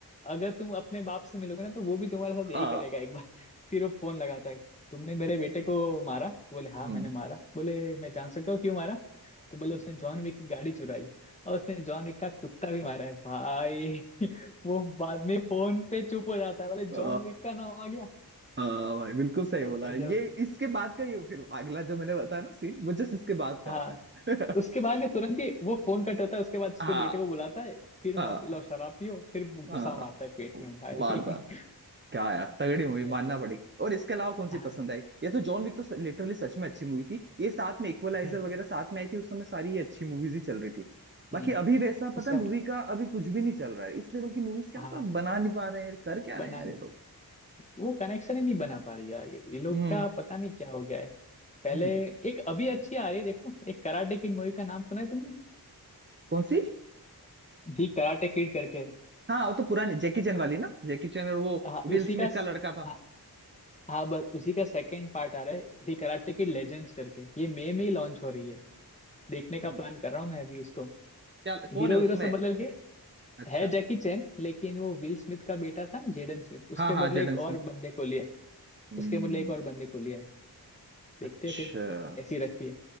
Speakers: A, on the left; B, on the right.
A: अगर तुम अपने बाप से मिलोगे ना तो वो भी तुम्हारे साथ यही
B: आ
A: करेगा एक बार <laughs> फिर वो फोन लगाता है तुमने मेरे बेटे को मारा बोले हाँ
B: हम्म
A: मैंने मारा बोले मैं जान सकता हूँ क्यों मारा तो बोले
B: हम्म।
A: उसने जॉन विक की गाड़ी चुराई और उसने जॉन विक का कुत्ता भी मारा है भाई <laughs> वो बाद में फोन पे चुप हो जाता है बोले जॉन
B: आ,
A: विक का नाम आ गया
B: आ, भाई बिल्कुल सही
A: भाई
B: बोला
A: गजब
B: है ये इसके बाद का ही हो फिर अगला जो मैंने बताया ना सीन वो जस्ट इसके बाद का
A: हाँ
B: आता है
A: उसके बाद के तुरंत ही वो फोन कट होता है उसके बाद उसके
B: <laughs> हाँ
A: बेटे को बुलाता है फिर म-
B: हाँ
A: लो शराब पियो फिर गुस्सा
B: हाँ
A: मारता है पेट में भाई
B: मारदा क्या यार तगड़ी मूवी मानना
A: बहुत सही।
B: पड़ेगी और इसके अलावा कौन सी
A: हाँ
B: पसंद आई ये तो जॉन विक तो लिटरली सच में अच्छी मूवी थी ये साथ में इक्वलाइजर
A: हम्म
B: वगैरह साथ में आई थी उस समय सारी ये अच्छी मूवीज ही चल रही थी बाकी
A: हम्म
B: अभी वैसा
A: उसे
B: पता है
A: हम
B: मूवी का अभी कुछ भी नहीं चल रहा है इस लेवल की मूवीज क्या
A: हाँ
B: पता बना नहीं पा रहे हैं कर क्या
A: बना
B: रहे हैं अरे लोग
A: वो कनेक्शन ही नहीं बना पा रही यार ये ये लोग
B: हम्म
A: का पता नहीं क्या हो गया है पहले
B: हम्म
A: एक अभी अच्छी आ रही है देखो एक कराटे किड मूवी का नाम सुना है तुमने
B: कौन सी
A: दी कराटे किड करके
B: हाँ वो तो पुरानी जैकी चैन वाली ना जैकी चैन और वो
A: हाँ
B: विल
A: उसी
B: स्मिथ
A: का स-
B: का लड़का था
A: हाँ हाँ, बस उसी का सेकंड पार्ट आ रहा है दी कराटे किड लेजेंड्स करके ये मई में ही लॉन्च हो रही है देखने का
B: हम्म
A: प्लान कर रहा हूँ मैं अभी उसको
B: क्या
A: हीरो
B: कौन है उसमें
A: वीरो सब बदल गए
B: अच्छा
A: है जैकी चैन लेकिन वो विल स्मिथ का बेटा था ना जेडन स्मिथ उसके
B: हाँ हाँ
A: बदले
B: जेडन
A: एक और
B: स्मिथ
A: बंदे को लिया है।
B: हम्म
A: उसके बदले एक और बंदे को लिया है
B: अच्छा
A: देखते हैं फिर कैसी रहती है